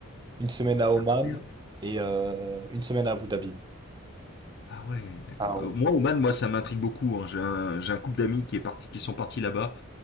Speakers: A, on the right; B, on the left.
A: une semaine à
B: C'est
A: Oman
B: incroyable.
A: et euh, une semaine à Abu Dhabi.
B: Ah ouais, d'accord.
A: Ah
B: Euh, Moi, Oman, moi, ça m'intrigue beaucoup. hein. J'ai un, j'ai un couple d'amis qui est parti, qui sont partis là-bas.